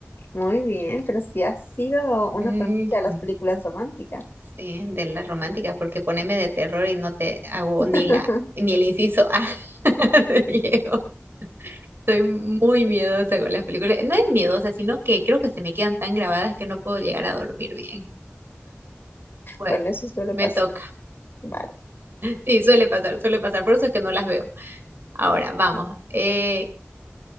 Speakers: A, on the left (about 55°); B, on the right (about 55°).
A: Muy bien, pero si ha sido
B: <laughs>
A: una fanática de
B: Ujú.
A: las películas románticas.
B: Sí, de las románticas, porque poneme de terror y no te hago
A: <laughs>
B: ni la, ni el inciso A <laughs> de Diego. Soy muy miedosa con las películas. No es miedosa, sino que creo que se me quedan tan grabadas que no puedo llegar a dormir bien. Bueno,
A: Bueno, eso suele
B: me
A: pasar.
B: toca.
A: Vale.
B: <laughs> Sí, suele pasar, suele pasar. Por eso es que no las veo. Ahora, vamos. Eh,